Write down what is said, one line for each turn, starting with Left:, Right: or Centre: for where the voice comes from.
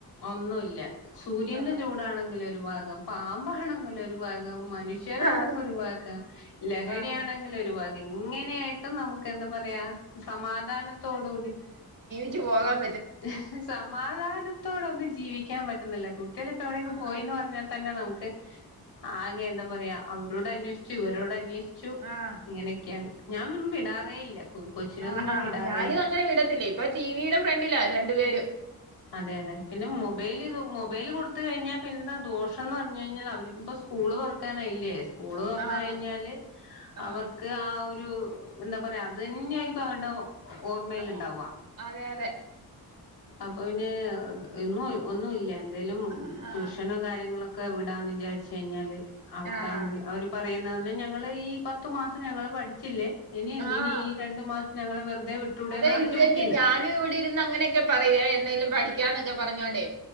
Left: ഒന്നുല്ല സൂര്യന്റെ
Right: ആഹ്
Left: ചൂടാണെങ്കില് ഒരു ഭാഗം പാമ്പാണെങ്കില് ഒരു ഭാഗം മനുഷ്യരാണെങ്കി
Right: അത്
Left: ഒരു ഭാഗം ലഹരിയാണെങ്കിൽ
Right: ആഹ്
Left: ഒരു ഭാഗം എങ്ങനെയായിട്ടും നമുക്ക് എന്താ പറയാ സമാധാനത്തോടുകൂടി
Right: ജീവിച്ച് പോവാൻ
Left: ഹിഹി സമാധാനത്തോടൊന്നും ജീവിക്കാൻ പറ്റുന്നില്ല കുട്ടികളിപ്പോ എവിടെയെങ്കും
Right: ആഹ്
Left: പോയിന്ന് പറഞ്ഞാ തന്നെ നമുക്ക് ആകെ എന്താ പറയാ അവരോട് അന്വേഷിച്ചു ഇവരോട് അന്വേഷി- ച്ചു.
Right: ആഹ്
Left: ഇങ്ങനെയൊക്കെയാണ് ഞാനും വിടാറേ ഇല്ല കൊച്ചിനൊന്നും
Right: ആഹാഹാ
Left: ഞാൻ വിടാറേ
Right: ഞാനും
Left: ഇല്ല
Right: അങ്ങനെ വിടത്തില്ല ഇപ്പൊ ടി വിടെ ഫ്രണ്ടില്ലാ രണ്ടു പേരും
Left: അതെ അതെ പിന്നെ മൊബൈൽ പിന്നെന്താ ദോഷംന്ന് പറഞ്ഞു കഴിഞ്ഞാൽ അവർക്ക്പ്പോ സ്കൂള് തുറക്കാനായില്ലേ സ്കൂള് തുറന്നു
Right: ആഹ്
Left: കഴിഞ്ഞാല്
Right: ആഹ്
Left: അവർക്ക് ആ ഒരു ഒരു എന്താ പറയാ അതന്നെയായിരിക്കും അവരുടെ ഓർമയിൽ
Right: ആഹ്
Left: ഇണ്ടാവാ
Right: അതെ അതെ
Left: അപ്പൊ പിന്നെ ഇന്നും ഒന്നുല്ലെ എന്തേലും
Right: ആഹ്
Left: ട്യൂഷനും കാര്യങ്ങളൊ- ക്കെ വിടാന്ന് വിചാരിച്ച് കഴിഞ്ഞാല് അവർക്കാണെങ്കിൽ
Right: ആഹ്
Left: അവര് പ - റയുന്നർഞ്ഞ ഞങ്ങള് ഈ പത്തു മാസം ഞങ്ങള് പഠിചില്ലേ ഇനി
Right: ആഹ്
Left: ഈ രണ്ടു മാസം ഞങ്ങള് വെറുതെ വിട്ടൂടെന്നാണ്
Right: അതെ ഇത്
Left: ചോദിക്കുന്നേ
Right: തന്നെ ഞാനും ഇവിടെ ഇരുന്ന് അങ്ങനെയൊക്കെ പറയുവേ എന്തെങ്കിലും പഠിക്കാ എന്നൊക്കെ പറഞ്ഞോലെ